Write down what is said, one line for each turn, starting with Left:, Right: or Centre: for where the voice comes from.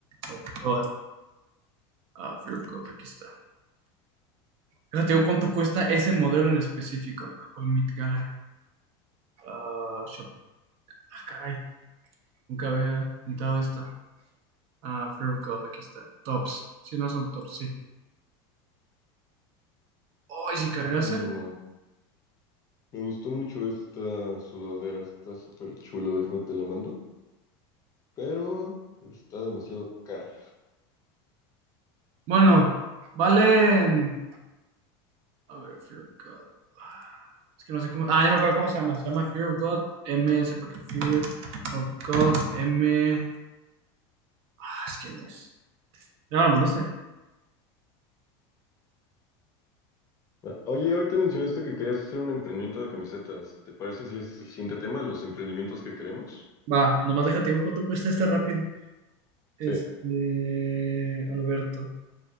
Right: of God. Ah, Fear of God, aquí está. Ahora ¿te digo cuánto cuesta ese modelo en específico. Ah, ¿cuál Met Gala? Ah, shop. Ah, caray. Nunca había entrado esta. Ah, Fear of God, aquí está. Tops. Si no son tops, sí. Oh, ¿y si cargase?
Left: Ah, no, no. Me gustó mucho esta sudadera, está súper chula, déjame te la mando, pero está demasiado cara.
Right: Bueno, valen. A ver, Fear of God. Ah, es que no sé cómo. Ah, ya me acuerdo cómo se llama. Se llama Fear of God M. Sepa que Fear of God M. Ah, es que no es. ¿Ya me la mandaste?
Left: Ah, Oye, ahorita mencionaste que querías hacer un emprendimiento de camisetas. ¿Te parece si ese es el siguiente tema, los emprendimientos que queremos?
Right: Va, nomás déjate digo cuánto cuesta esta rápido. Este,
Left: Sí.
Right: Alberto.